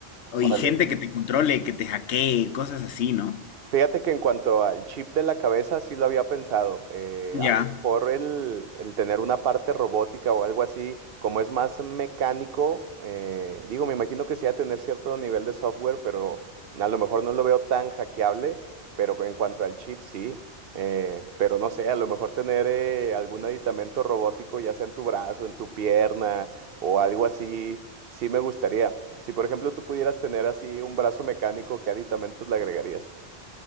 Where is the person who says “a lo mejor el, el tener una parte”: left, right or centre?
Right